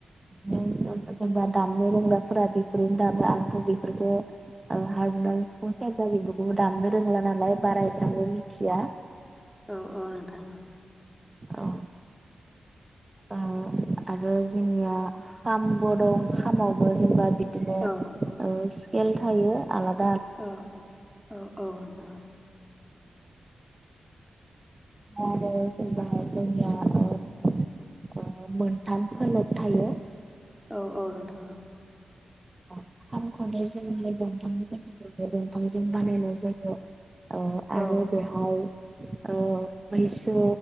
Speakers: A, on the right; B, in the centre.
A: नों जेनबा जेनबा दामनो रोंग्राफोरा बेफोरजोंनो दामो आंथ' बेफोरखौ ओ हारमुनियाम, सिफुं, सेरजा, बेफोरखौबो दामनो रोंला नालाय। बारा इसांबो मिथिया।
B: औ औ नोंथां
A: औ ओ आरो जोंनिया खामबो दं खामावबो जेनबा बिदिनो
B: औ औ।
A: ओ स्केल थायो आलाद
B: औ औ औ औ नोंथां औ
A: ओमफ्राय आरो जेनबाहाय जोंनियाव ओ ओ मोनथाम खोलोब थायो।
B: औ औ नोंथां औ
A: ओ खामखौनो जों दंफांनिफ्रायनो दंफांजों बानायनाय जायो। ओं आरो
B: औ
A: बेहाय ओं मैसो